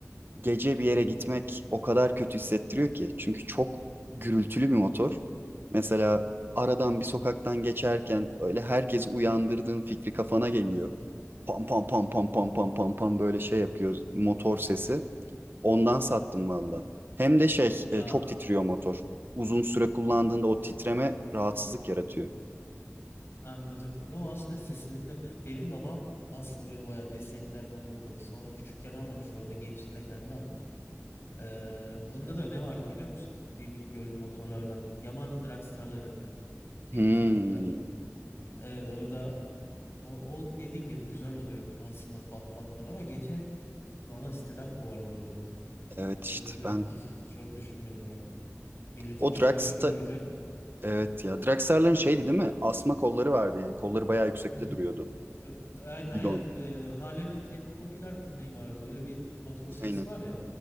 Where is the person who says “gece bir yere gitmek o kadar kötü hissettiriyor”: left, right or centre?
Right